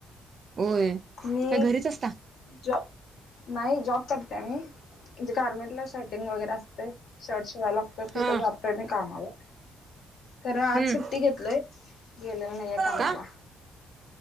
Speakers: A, on the right (about 45°); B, on the left (about 70°).
A: होय
B: मी
A: काय घरीच असता?
B: जॉ नाही जॉब करते मी म्हणजे गार्मेंट ला शर्टिंग वगैरे असते शर्ट शिवायला असत तिथं
A: हा.
B: जातय मी कामाला खरं आज
A: हम्म.
B: सुट्टी घेतलय गेलेलं नाहीे कामाला
A: का?